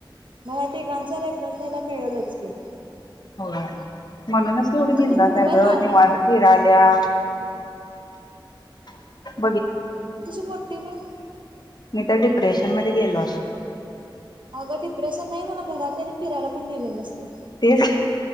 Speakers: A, on the right; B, on the left.
A: मग ह्या तिघांच्या रेफरन्स ला हिला मिळलच की.
B: <unintelligible> म्हणूनच ती एवढी बिंदास
A: तर मुंबईला
B: आहे गं
A: ना
B: निवांत फिरालिया. <unintelligible> <unintelligible>
A: तुझी मोठी बहीण
B: त्या डिप्रेशन मध्ये गेलो अस
A: अगं डिप्रेशन नाही मला घरातल्या नी फिरायला पण नेलं नसतं.
B: तेच